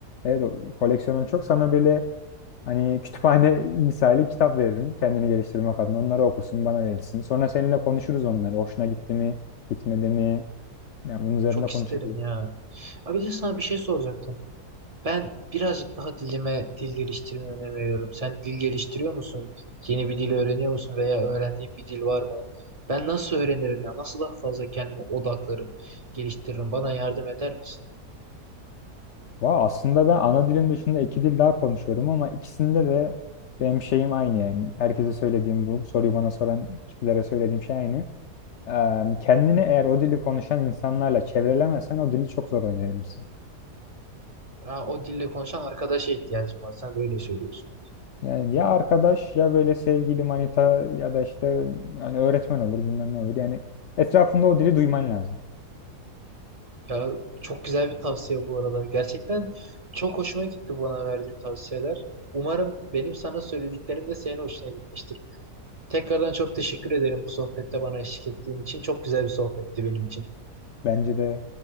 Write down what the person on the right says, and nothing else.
çok
isterim ya. Abi de sana bir şey soracaktım. Ben birazcık daha dilime dil geliştirmeye önem veriyorum. Sen dil geliştiriyor musun? Yeni bir dil öğreniyor musun veya öğrendiğin bir dil var mı? Ben nasıl öğrenirim ya? Nasıl daha fazla kendime odaklarım, geliştiririm? Bana yardım eder misin?
Ha, o dille konuşan arkadaşa ihtiyacım var. Sen de öyle söylüyorsun.
Ya çok güzel bir tavsiye bu arada. Gerçekten çok hoşuma gitti bana verdiğim tavsiyeler. Umarım benim sana söylediklerim de senin hoşuna gitmiştir. Tekrardan çok teşekkür ederim bu sohbette bana eşlik ettiğin için. Çok güzel bir sohbetti benim için.